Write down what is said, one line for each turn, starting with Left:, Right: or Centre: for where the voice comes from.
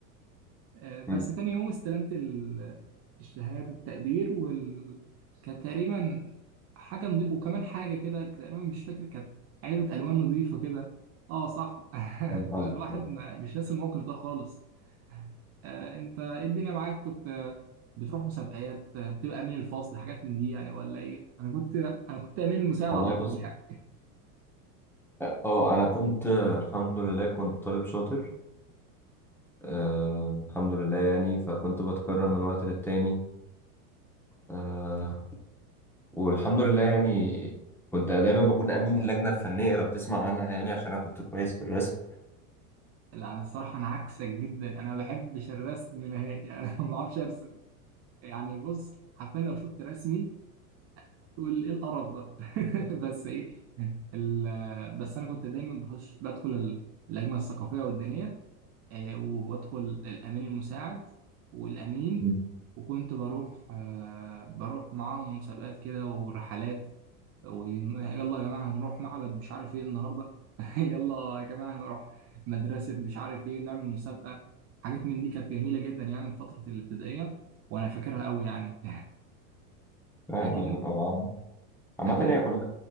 Right: آه، بس
Centre: مم،
Right: تاني يوم استلمت ال- الشهادة التقدير وال... كانت تقريبا حاجة نظيفة وكمان حاجة كده تقريبا مش فاكر كانت علبة ألوان نظيفة كده اه صح <laughs>
Centre: فاهم قصدك
Right: فالواحد
Centre: يعني.
Right: ما- مش ناسي الموقف ده خالص آه، انت ايه الدنيا معاك كنت آه، بتروح مسابقات آه، بتبقى امين الفصل حاجات من دي يعني ولا ايه انا كنت انا كنت امين المساعد
Centre: والله
Right: على طول
Centre: بص
Right: يعني
Centre: اه انا كنت آه، الحمد لله كنت طالب شاطر آه الحمد لله يعني فكنت بتكرم من وقت للتاني آه والحمد لله يعني كنت دايما بكون امين اللجنه الفنيه لو تسمع عنها يعني عشان انا كنت كويس في الرسم
Right: لا الصراحه انا عكسك جدا انا ما بحبش الرسم نهائي <laughs> انا ما بعرفش ارسم يعني بص حرفيا لو شفت رسمي تقول ايه القرف ده <laughs> بس ايه ال- بس انا كنت دايما بخش بدخل ال- اللجنه الثقافيه والدينيه آه، وبدخل الامين المساعد والامين
Centre: مم.
Right: وكنت بروح آه، بروح معاهم مسابقات كده ورحلات ويلا يا جماعه هنروح معبد مش عارف ايه النهارده <laughs> يلا يا جماعه هنروح مدرسه مش عارف ايه نعمل مسابقه حاجات من دي كانت جميله جدا يعني في فتره الابتدائيه وانا فاكرها قوي يعني
Centre: فاهم
Right: <laughs> اكيد
Centre: قصدك اه عامة
Right: اكيد
Centre: هي
Right: انت
Centre: كلها